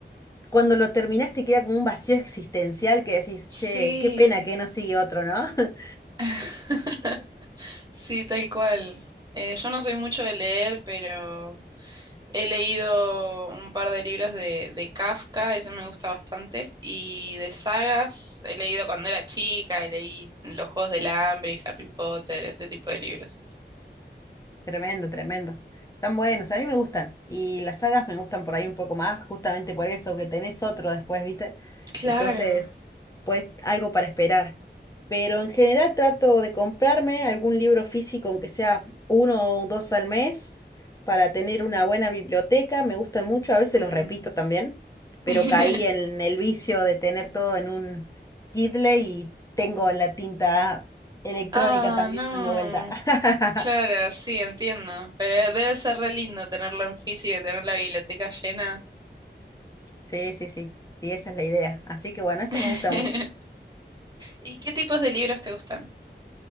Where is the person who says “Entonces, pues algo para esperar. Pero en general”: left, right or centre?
Left